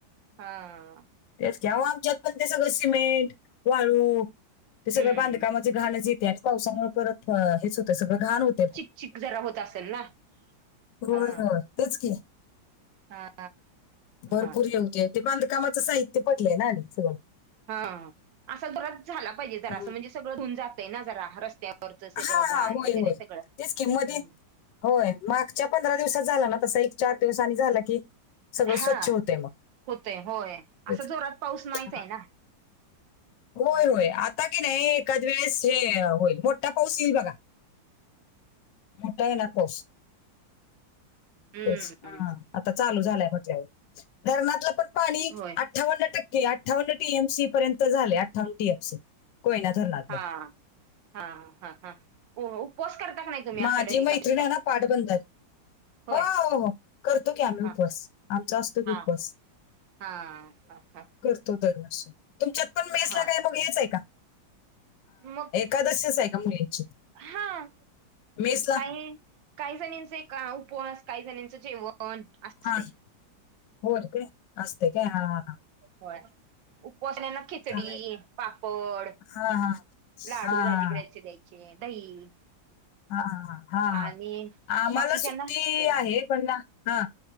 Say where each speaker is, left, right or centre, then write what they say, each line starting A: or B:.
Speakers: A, on the right; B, on the left.
A: हा
B: तेच की अहो आमच्यात पण ते सगळं सिमेंट, वाळू,
A: हम्म
B: ते सगळं बांधकामाची घाणच येतेयां. पावसामुळं परत हं हेच होत सगळं घाण होत
A: चिक -चिक जरा होत असेल ना?
B: होय
A: हा
B: -होय तेच की
A: हा
B: भरपूर
A: हा
B: हे होतंय. ते बांधकामाचं साहित्य पडलंय ना आणि सगळं.
A: हा असा जोरात झाला पाहिजे जरा
B: हम्म.
A: असं म्हणजे, सगळं धुवून जातय ना जरा रस्त्या वरच सगळं
B: हा
A: घाण
B: हा होय
A: वगैरे
B: होय
A: सगळं हूं.
B: तेच की मध्ये होय मागच्या पंधरा दिवसात झाला ना तस एक चार दिवस आणि झाला की सगळं
A: हा
B: स्वच्छ होतंय मग
A: होतय होय
B: तेच
A: असं
B: की.
A: जोरात पाऊस नाहीच
B: हा.
A: आहे ना.
B: होय
A: हा
B: होय आता की नाही एखकाद वेळेस हे होईल मोठा पाऊस येईल बघा. मोठा येणार पाऊस.
A: हम्म
B: ते ह आता चालू झालंय म्हटल्यावर धरणातलं पण पाणी
A: होय
B: अठ्ठावन्न टक्के अठाव्न टीम सी पर्यंत झाले आठावन्न टीम सी. कोयना धरणात.
A: हा हा हा हा. उपवास करता का नाही तुम्ही
B: माझी
A: आषाढी एकादशीचा?
B: मैत्रीण आहे ना पाटबंधात
A: होय
B: हो हो हो करतो की आम्ही
A: हा
B: उपवास आमचा असतो की
A: हा
B: उपवास.
A: हा ह हा.
B: त दरवर्षी तुमच्यात पण मेसला
A: हा
B: काय मग हेच आहे का.
A: मग
B: कदासच आहे का मुलींची.
A: हा
B: मेसला
A: काय. काही जणीचा एक उपवास काही जणचं जेवण. असते
B: हा होर का असस्ते का हा ह ह.
A: हो उपासण्याना खिचडी
B: आहे
A: पापड.
B: हा हा.
A: लाडू
B: हा
A: राजगिरा्याचे
B: हा
A: द्यायचे दही
B: हा हा
A: आणि
B: आम्हाला
A: बाकीच्यांना
B: सुट्टी
A: जेवण
B: आहे पण ना. हा